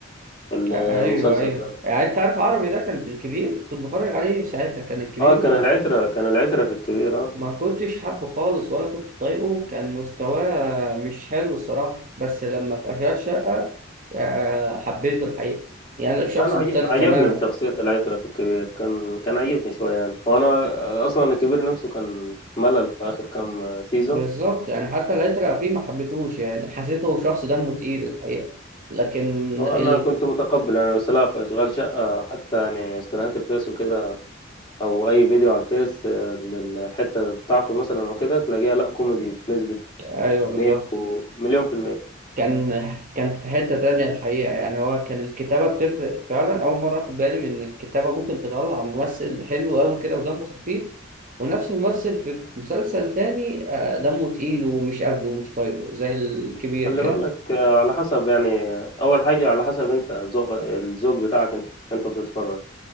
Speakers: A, on the left; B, on the right.
A: في المسلسل
B: آه، ايوه ايوه
A: ده
B: يعني انت عارف عربي ده كان في الكبير كنت بتفرج عليه ساعتها كان الكبير
A: اه كان
B: ما
A: العترة كان العترة في الكبير اه
B: ما كنتش حابه خالص ولا كنت طايقه كان مستواه مش حلو الصراحة بس لما في أشغال شقة آه، حبيته الحقيقة يعني أنا شخص
A: انا عج-
B: مختلف
A: عجبني
B: تماما
A: بشخصية العترة في الكبير كان كان عجبني شوية يعني وانا اصلا الكبير نفسه كان ملل في اخر كام سيزون
B: بالظبط يعني حتى العترة فيه ما حبيتهوش يعني حسيته شخص دمه تقيل الحقيقة لكن
A: وانا
B: ال...
A: كنت متقبل يعني بس لا في اشغال شقة حتى يعني استراحات الفيس وكده او اي فيديو على الفيس آه، لل- الحته بتاعته مثلا او كده تلاقيها لا كوميدي بنسبه
B: أيوه بالظبط
A: 100 ومليون في المية
B: كان كان في حتة تانية الحقيقة يعني هو كان الكتابة بتفرق فعلا أول مرة أخد بالي من إن الكتابة ممكن تطلع ممثل حلو أوي كده ودمه خفيف ونفس الممثل في مسلسل تاني آه، دمه تقيل ومش قابله ومش طايقه زي الكبير
A: خلي
B: كده
A: بالك آه، على حسب يعني آه، اول حاجه على حسب انت ذوق الذوق بتاعك انت انت بتتفرج